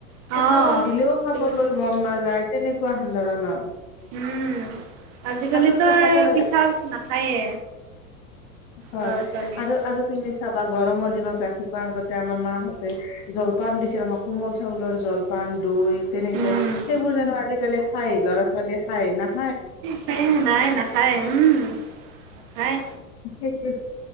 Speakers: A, on the right (about 50°); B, on the left (about 50°).
A: অ',
B: খাব দিলেও
A: আজিকালি
B: খাবলৈ মন নাযায়, তেনেক কোৱা সান্দৰনৰ।
A: উম আজিকালিতো
B: আচলতে
A: আৰু
B: খাব লাগে
A: পিঠা নাখায়ে।
B: হয়
A: ল'ৰা ছোৱালীয়ে।
B: আৰু, আৰু তুমি চাবা গৰমৰ দিনত ৰাতিপুৱা আগতে আমাৰ মাহঁতে জলপান দিছিল আমাক কোমল চাউলৰ জলপান, দৈ তেনেকে
A: উম,
B: সেইবোৰ জানো আজিকালি খাই, ল'ৰা ছোৱালীয়ে খাই না
A: সেই নাই নাখায় উম নাখায়।
B: সেইটোয়ে,